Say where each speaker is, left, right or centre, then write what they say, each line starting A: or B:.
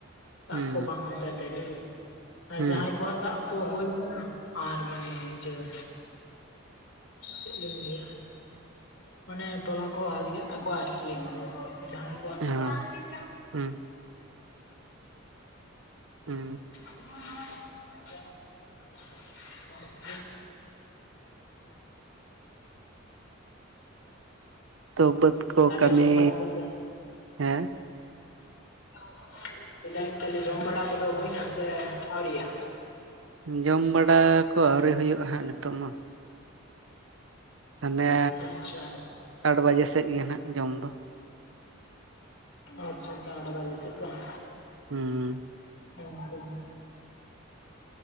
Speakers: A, on the left (about 85°); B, on the right (about 75°).
A: ᱫᱟᱜ
B: ᱦᱩᱸ
A: ᱠᱚ ᱵᱟᱝ ᱦᱚᱭ ᱞᱮᱱ ᱛᱮᱜᱮ ᱟᱨ
B: ᱦᱩᱸ
A: ᱡᱟᱦᱟᱸᱭ ᱠᱚᱣᱟᱜ ᱫᱟᱜ ᱠᱚ ᱦᱩᱭ ᱟᱠᱟᱱᱟ ᱟᱨ ᱢᱟᱱᱮ ᱤᱭᱟᱹ ᱪᱮᱫ ᱞᱤᱧ ᱞᱟᱹᱭᱟ ᱢᱟᱱᱮ ᱛᱚᱞᱟ ᱠᱚ ᱟᱹᱣᱨᱤᱭᱟᱜ ᱛᱟᱠᱚᱣᱟ ᱟᱨ ᱠᱤ ᱮᱠᱷᱚᱱᱚ ᱡᱟᱦᱟᱸᱭ
B: ᱦᱚᱸ
A: ᱫᱤᱱ
B: ᱦᱩᱸ ᱦᱩᱸ
A: <unintelligible> <unintelligible>
B: ᱛᱚ ᱵᱟᱹᱫᱽ ᱠᱚ
A: ᱛᱟᱦᱚᱞᱮ
B: ᱠᱟᱹᱢᱤ
A: ᱡᱚᱢ ᱵᱟᱲᱟ ᱠᱚᱫᱚ
B: ᱦᱮᱸ
A: ᱞᱟᱹᱭ ᱮᱫᱟᱞᱤᱧ ᱛᱟᱞᱦᱮ ᱡᱚᱢ ᱵᱟᱲᱟ ᱠᱚᱫᱚ ᱦᱩᱭ ᱮᱱᱟ ᱥᱮ ᱟᱹᱣᱨᱤᱭᱟᱹ
B: ᱡᱚᱢ ᱵᱟᱲᱟ ᱠᱚ ᱟᱹᱣᱨᱤ ᱦᱩᱭᱩᱜ-ᱟ ᱦᱟᱸᱜ ᱱᱤᱛᱚᱜ ᱢᱟ ᱦᱟᱱᱮ
A: ᱟᱪᱪᱷᱟ
B: ᱟᱴ ᱵᱟᱡᱮ ᱥᱮᱫ ᱜᱮ ᱱᱟᱜ ᱡᱚᱢ ᱫᱚ
A: ᱟᱪᱪᱷᱟ ᱟᱪᱪᱷᱟ ᱟᱴ ᱵᱟᱡᱮ ᱥᱮᱫ ᱵᱟᱝ
B: ᱦᱩᱸ
A: ᱦᱩᱸ